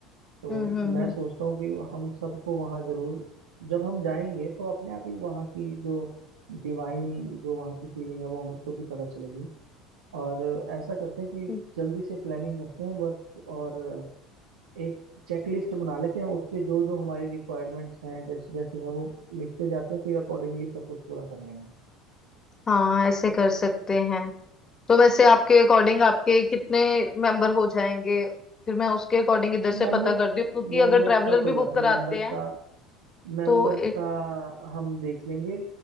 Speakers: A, on the right; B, on the left.
A: तो
B: हम्म हम्म
A: मैं सोचता हूँ कि हम सबको वहाँ जरूर जब हम जाएंगे तो अपने आप ही वहाँ की जो डिवाइन जो वहाँ की फीलिंग है वो हमें खुद ही पता चलेगी और ऐसा करते हैं कि
B: हम्म
A: जल्दी से प्लानिंग करते हैं बस और एक चेकलिस्ट बना लेते हैं उस पे जो जो हमारी रिक्वायरमेंट्स हैं जैसे जैसे है वो लिखते जाते हैं फिर अकॉर्डिंगली सब कुछ पूरा कर लेंगे
B: हाँ ऐसे कर सकते हैं तो वैसे आपके अकॉर्डिंग आपके कितने मेंबर हो जाएंगे फिर मैं उसके अकॉर्डिंग इधर से
A: मेंबर्स
B: पता करती हूँ क्योंकि
A: मेंबर्स
B: अगर ट्रैवलर
A: का
B: भी
A: कोई बात
B: बुक
A: नहीं
B: कराते
A: मेंबर्स
B: हैं
A: का मेंबर्स
B: तो एक
A: का हम देख लेंगे